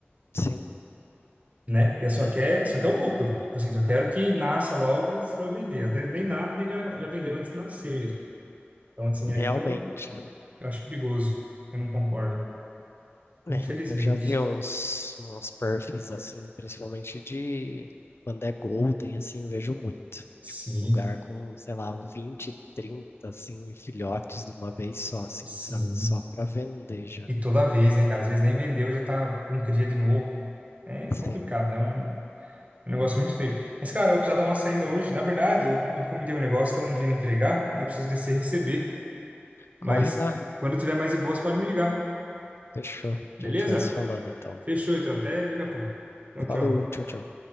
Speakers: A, on the left (about 75°); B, on the right (about 35°).
A: Sim,
B: Né? Porque só
A: é,
B: quer, só quer o lucro. Tipo assim, só quero que nasça logo para eu vender. Às vezes nem nasce e já, já vendeu antes de nascer. Então, assim, é
A: realmente.
B: aí que eu, eu acho perigoso. Eu não concordo.
A: É,
B: Infelizmente.
A: eu já vi uns, uns perfis assim, principalmente de quando é golden, assim, vejo muito.
B: Sim,
A: Lugar com, sei lá, 20, 30 assim, filhotes de uma vez só, assim,
B: sim.
A: sabe? Só pra vender já.
B: E toda vez, né, cara? Às vezes nem vendeu, já tá com cria de novo. É complicado.
A: Sim.
B: É um, É um negócio muito feio. Mas, cara, eu vou precisar dar uma saída hoje. Na verdade, eu, eu encomendei um negócio, estão vindo entregar e eu preciso descer e receber. Mas
A: Corre lá.
B: quando tiver mais de boas, pode me ligar.
A: Fechou. A
B: Beleza?
A: gente vai se falando, então.
B: Fechou, então. Até daqui a pouco. Tchau,
A: Falou,
B: tchau.
A: tchau, tchau.